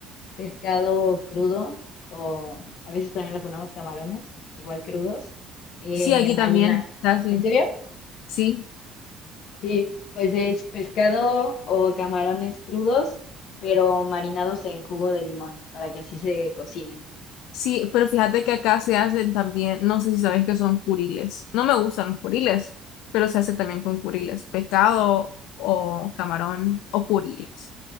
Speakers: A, on the left; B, on the left.
A: pescado crudo o a veces también le ponemos camarones, igual crudos, eh,
B: Sí, aquí
A: marina.
B: también. Así.
A: ¿En serio?
B: Sí.
A: Sí, pues es pescado o camarones crudos, pero marinados en jugo de limón, para que así se cocinen.
B: Sí, pero fíjate que acá se hacen también, no sé si sabes que son curiles. No me gustan los curiles, pero se hace también con curiles, pescado o camarón o curiles.